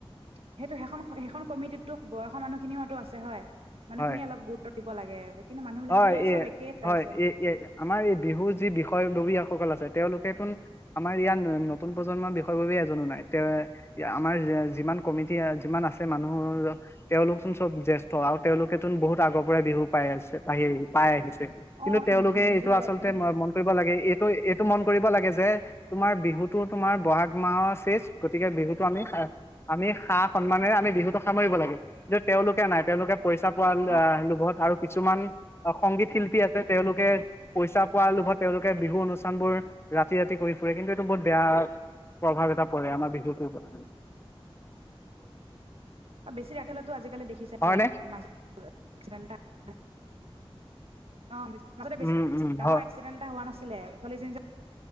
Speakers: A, on the right; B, on the left.
A: সেইটো সেইখন সেইখন কমিটিতো বয়সৰ মানুহখিনিওটো আছে হয়। মানুহখিনি
B: হয়
A: অলপ গুৰুত্ব দিব লাগে। কিন্তু মানুহ বিলাকতো
B: হয়
A: সেই চব
B: এ,
A: একেই হৈ
B: হয়
A: আছে
B: এ এ আমাৰ এই বিহুৰ যি বিষয়ববীয়া। সকল আছে, তেওঁলোকৰচোন আমাৰ ইয়াৰ নতুন প্ৰজন্মৰ বিষয়ববীয়া এজনো নাই। তে আমাৰ যিমান কমিটি যিমান আছে মানুহৰ তেওঁলোকচোন চব জ্যেষ্ঠ আৰু তেওঁলোকেচোন বহুত আগৰ পৰাই বিহু পাই আছে। পাই আহিছে। কিন্তু
A: অ
B: তেওঁলোকে
A: নিজে
B: এইটো
A: অলপ
B: আচলতে
A: সেই
B: মন কৰিব লাগে, এই তৌ এইটো মন কৰিব লাগে যে, তোমাৰ বিহুতো তোমাৰ বহাগ মাহৰ শেষ। গতিকে বিহুতো আমি আমি সা-সন্মানেৰে আমি বিহুতটো সামৰিব লাগে, কিন্তু তেওঁলোকে নাই। তেওঁলোকে পইচা পোৱা
A: অ
B: লোভত আৰু কিছুমান সংগীত শিল্পী আছে, তেওঁলোকে পইচা পোৱাৰ লোভত, তেওঁলোকে বিহু অনুষ্ঠান বোৰ ৰাতি-ৰাতি কৰি ফুৰে। কিন্তু এইটো বহুত বেয়া প্ৰভাৱ এটা পৰে আমাৰ বিহুটোৰ ওপৰত।
A: বেছি <unintelligible> আজিকালি দেখিছে
B: হয়নে
A: মাজত এক্সিডেণ্ট এটা অ', মাজতে বেছি
B: উম উম
A: ডাঙৰ
B: হয়
A: এক্সিডেণ্ট এটা হোৱা নাছিলেনে? হৈছিলে। ছোৱালীজনী যে